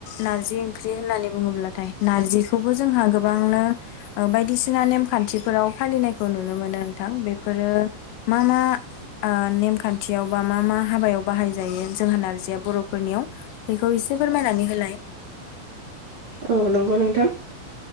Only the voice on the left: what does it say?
नारजि ओंख्रि होननानै बुङोब्लाथाय नारजिखौबो जोंहा गोबांनो बायदिसिना नेमखान्थिफोराव फालिनायखौ नुनो मोनो नोंथां बेफोरो मा मा ओ नेमखान्थियाव बा मा मा हाबायाव बाहायजायो जोंहा नारजिया बर'फोरनियाव बेखौ एसे फोरमायनानै होलाय